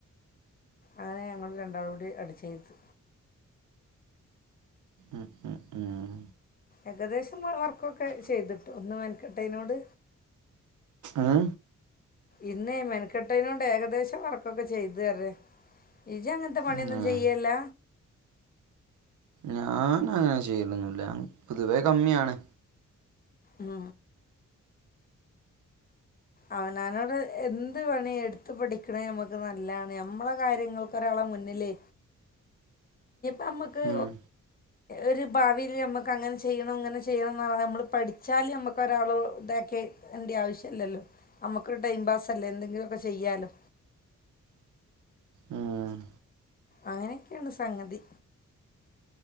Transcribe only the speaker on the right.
ഉം ഉം ഉം
ആഹ
ഉം.
ഞാൻ അങ്ങനെ ചെയ്ലന്നുല്ല പൊതുവേ കമ്മിയാണ്
ഉം,
ഇം